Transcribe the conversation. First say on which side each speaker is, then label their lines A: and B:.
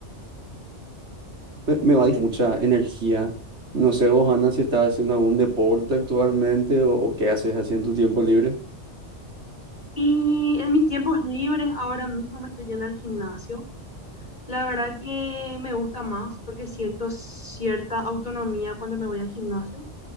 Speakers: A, on the right; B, on the left.
A: me, me va a dar mucha energía. No sé vos, Ana, si estás haciendo algún deporte actualmente o, o qué haces así en tu tiempo libre.
B: Y en mis tiempos libres ahora mismo me estoy yendo al gimnasio. La verdad que me gusta más porque siento cierta autonomía cuando me voy al gimnasio.